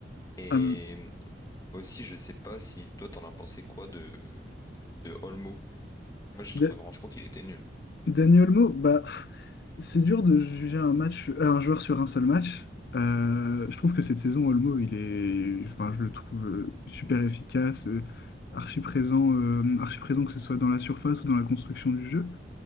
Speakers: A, on the left (about 20°); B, on the left (about 55°).
A: Et
B: Ah, mais
A: hum, aussi, je sais pas si toi, t'en as pensé quoi de, de Olmo. Moi, j'ai
B: Da-
A: trouvé franchement qu'il était nul.
B: Dani Olmo, bah, C'est dur de juger un match, euh, un joueur sur un seul match. Euh, je trouve que cette saison, Olmo, il est, enfin, je le trouve euh, super efficace, euh, archi présent, euh, archi présent que ce soit dans la surface ou dans la construction du jeu.